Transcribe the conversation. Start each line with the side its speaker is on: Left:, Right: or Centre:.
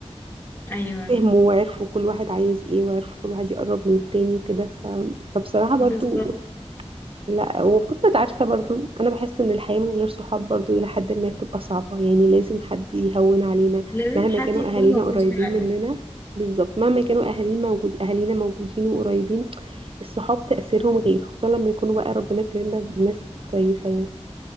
Left: أيوة
Right: فهموا وعرفوا كل واحد عايز ايه وعرفوا كل واحد يقرب من التاني وكده ف... فبصراحه برضو
Left: بالظبط
Right: لا وفكرة عارفة برضو أنا بحس إن الحياة من غير صحاب برضو إلى حد ما بتبقى صعبة يعني لازم حد يهون علينا
Left: لازم
Right: مهما
Left: حد
Right: كانوا
Left: يكون
Right: أهالينا
Left: موجود
Right: قريبين
Left: فعلا
Right: مننا بالظبط مهما كانوا أهالينا موجود أهالينا موجودين وقريبين الصحاب تأثيرهم غير خصوصا لما يكونوا بقى ربنا كرمنا بناس كويسة يعني